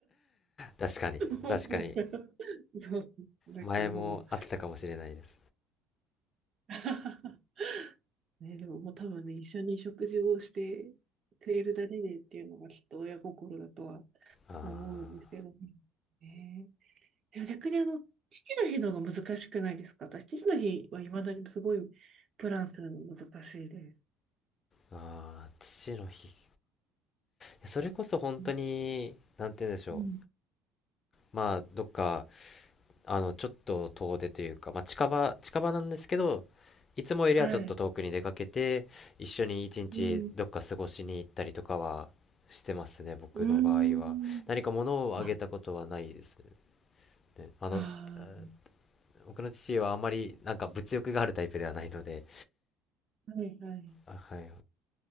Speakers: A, on the left (about 30°); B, on the right (about 40°).
A: あ、確かに、
B: もう、
A: 確かに、
B: もうなんかもう、
A: 前もあったかもしれないです
B: <laughs> ね、でももう多分ね、一緒に食事をしてくれるだけでっていうのがきっと親心だとは
A: あ
B: 思うんですけどね。ねでも逆にあの、父の日の方が難しくないですか私、父の日はいまだにすごいプランするの難しいです。
A: ーあー父の日いやそれこそ本当になんて言うんでしょ
B: うんうん
A: うまあどっかあのちょっと遠出というか、まあ、近場近場なんですけどいつもよりはちょっと遠くに出かけて一緒に一日どっか過ごしに行ったりとかはしてますね僕の場合は何か物をあげたことはないです
B: はい。うん。うーん。あ、
A: ねあのあ
B: あ
A: 僕の父はあまりなんか物欲があるタイプではないので
B: あ、はいはい。
A: あはい